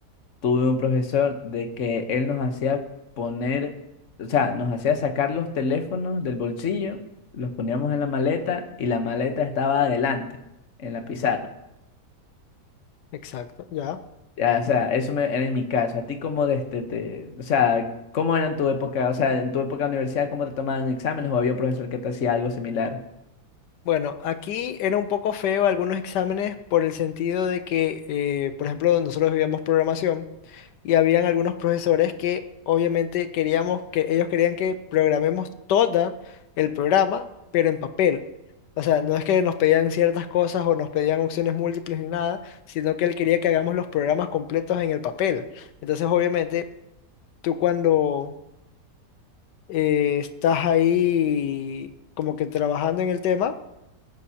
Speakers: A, on the left (about 50°); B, on the left (about 80°).
A: tuve un profesor de que él nos hacía poner, o sea, nos hacía sacar los teléfonos del bolsillo, los poníamos en la maleta y la maleta estaba adelante, en la pizarra.
B: Exacto, ya.
A: Ya, o sea, eso me- era en mi caso. ¿A ti cómo de este, te- o sea, cómo era en tu época, o sea, en tu época de universidad, cómo te tomaban exámenes o había un profesor que te hacía algo similar?
B: Bueno, aquí era un poco feo algunos exámenes por el sentido de que, eh, por ejemplo, nosotros vivíamos programación y habían algunos profesores que obviamente queríamos que ellos querían que programemos todo el programa, pero en papel. O sea, no es que nos pedían ciertas cosas o nos pedían opciones múltiples ni nada, sino que él quería que hagamos los programas completos en el papel. Entonces, obviamente, tú cuando eh, estás ahí como que trabajando en el tema